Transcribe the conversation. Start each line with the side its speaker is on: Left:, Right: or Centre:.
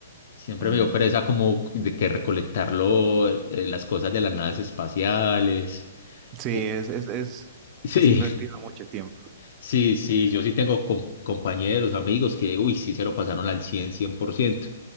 Left: Siempre
Right: Mm,
Left: me dio pereza como de que recolectarlo, eh, las cosas de las naves espaciales.
Right: sí,
Left: Eh,
Right: es, es, es,
Left: <laughs>
Right: es invertido
Left: sí,
Right: mucho tiempo.
Left: sí, sí, yo sí tengo com- compañeros, amigos que, uy, sí se lo pasaron al cien, cien por ciento,